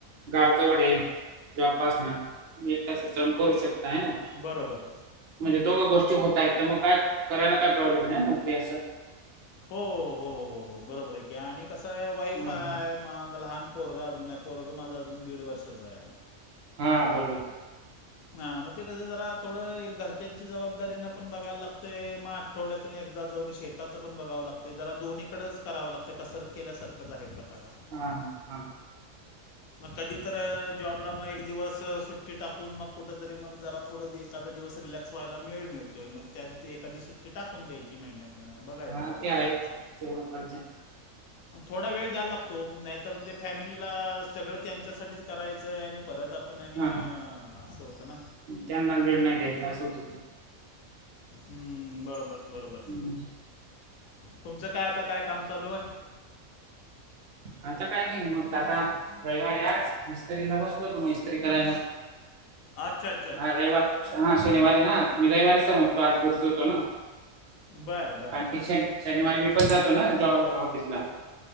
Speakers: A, on the right; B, on the left.
A: गाव जवडे जाॅबपासनं एक तासात जाऊन करू शकताय हाय ना?
B: बरोबर
A: म्हणजे दोघं गोष्टी होतायत, त म काय करायला काय प्रॉब्लेम हाय ना नोकरी अस
B: हो हो हो हो बरोबर हाय की, आणि कसाय वाईफ
A: हां
B: हाय
A: हां.
B: मागं लहान पोरग अजूनाय, पोरगं माझं अजून दिड वर्षाच हाय
A: हा बरोबर.
B: हा म ते कसं जरा थोडं हे घरच्यांची जबाबदारीनं पण बघाय लागतंय म आ आठवड्यातून एकदा जाऊन शेताचं पण बघावं लागतय, जरा दोन्हीकडच करावं लागतंय कसरत केल्यासारखंच आहे प्रकार हा.
A: हां हां हां.
B: मग कधी तर अ जॉबला म एक दिवस सुट्टी टाकून मग कुठ तरी मग जरा थोडं एखादा दिवस रिलॅक स व्हायला मेळ मिळतोय मग त्यात एखादी सुट्टी टाकून द्यायची महिन्यात अ बघायचं
A: हां
B: जरा
A: ते आहे.
B: फिरायच
A: तेवढं करता येतं.
B: थोडा वेळ द्यायला लागतो ओ, नाहीतर म ते फॅमिलीला सगळं त्यांच्यासाठीच करायच, आणि परत आपण आणि
A: हां
B: असं होत ना
A: त्यांना वेळ नाही द्यायचा असं होत हो ते.
B: हम्म बरोबर बरोबर.
A: हम्म.
B: तुमचं काय आता, काय काम चालू आहे?
A: आता काही नाही मग आता रविवार आहे आज ईस्त्रीला बसलो होतो मग ईस्त्री करायला.
B: अच्छा अ
A: हा रविवार हा शनिवारी ना मी रविवारच समजतोय, आज घरीच होतो ना
B: बर बर
A: कारण
B: बर
A: की शनी
B: बर बर
A: शनिवारी मी पण जातो ना जॉब ऑफिसला.